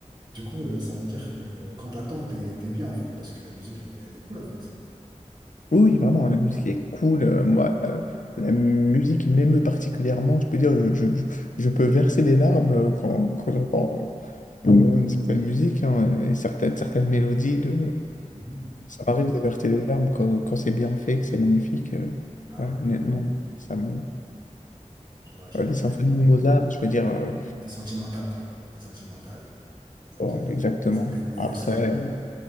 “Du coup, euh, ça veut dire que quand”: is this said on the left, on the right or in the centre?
Right